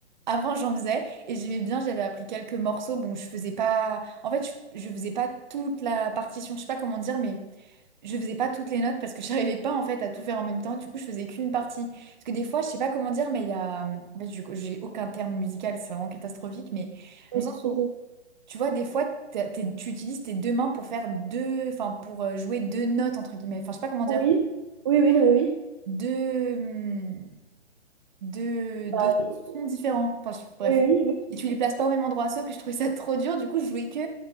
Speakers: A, on the right; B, on the right.
A: Avant, j'en faisais et j'aimais bien, j'avais appris quelques morceaux. Bon, je faisais pas. En fait, je, je faisais pas toute la partition, je sais pas comment dire, mais je faisais pas toutes les notes parce que <laughs> j'arrivais pas en fait à tout faire en même temps. Du coup, je faisais qu'une partie. Parce que des fois, je sais pas comment dire, mais il y a. En fait, je- j'ai aucun terme musical, c'est vraiment catastrophique, mais dans
B: Oui,
A: le sens où, tu vois, des fois, t'as- t'es- tu utilises tes deux mains pour faire deux. Enfin, pour euh, jouer deux notes, entre guillemets. Enfin, je sais pas comment dire.
B: oui, oui, non, mais oui.
A: Deux. hmm, de, de
B: Oui,
A: sons différents. Enfin, je- bref.
B: oui, oui.
A: Et tu les places pas au même endroit, sauf que je trouvais ça trop dur. Du coup, je jouais que